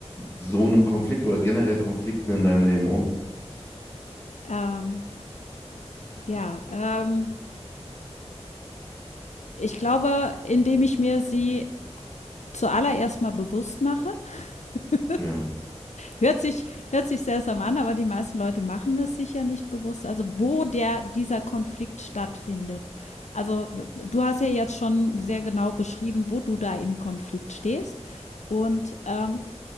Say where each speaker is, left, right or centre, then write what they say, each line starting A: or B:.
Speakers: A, on the left; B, on the left.
A: so einem Konflikt oder generell Konflikten in deinem Leben um?
B: Ähm, ja, ähm, ich glaube, indem ich mir sie zuallererst mal bewusst mache. <laughs>
A: Ja,
B: Hört sich, hört sich seltsam an, aber die meisten Leute machen es sich ja nicht bewusst. Also, wo der, dieser Konflikt stattfindet. Also, du hast ja jetzt schon sehr genau beschrieben, wo du da im Konflikt stehst. Und ähm,